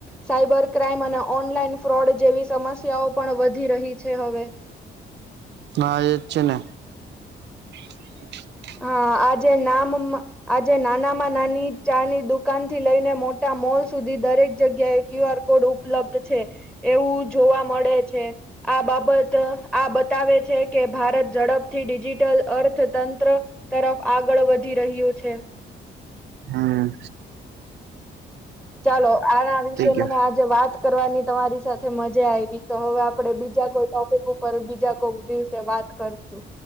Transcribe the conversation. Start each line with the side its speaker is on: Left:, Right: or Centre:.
Centre: સાઈબર ક્રાઈમ અને ઓનલાઈન ફ્રોડ જેવી સમસ્યાઓ પણ વધી રહી છે હવે.
Right: હા, એ જ છે ને. <unintelligible>
Centre: હા, આ જે નામ આજે નાનામાં નાની ચા ની દુકાન થી લઈને મોટા મોલ સુધી, દરેક જગ્યાએ ક્યુ આર કોડ ઉપલબ્ધ છે, એવું જોવા મળે છે. આ બાબત આ બતાવે છે કે, ભારત ઝડપથી ડિજિટલ અર્થ તરફ આગળ વધી રહ્યું છે.
Right: હા.
Centre: ચાલો, આના વિશે
Right: ગયો
Centre: મને આજે વાત. કરવાની તમારી સાથે મજા આવી તો હવે આપડે બીજા કોઈ ટોપિક ઉપર બીજા કોઈ દિવસે વાત કરશું.